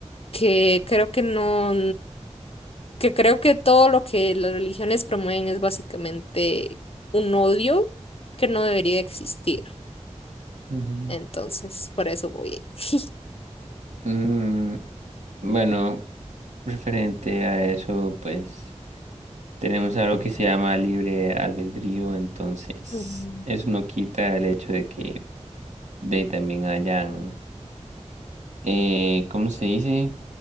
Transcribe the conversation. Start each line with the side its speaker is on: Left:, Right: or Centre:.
Left: Que creo que no, que creo que todo lo que las religiones promueven es básicamente un odio que no debería existir.
Right: ujú.
Left: Entonces, por eso voy ahí.
Right: Mm, Bueno, referente a eso, pues tenemos algo que se llama libre albedrío, entonces
Left: <laughs>
Right: eso no quita el hecho de que de ahí también hayan, eh, ¿cómo se dice?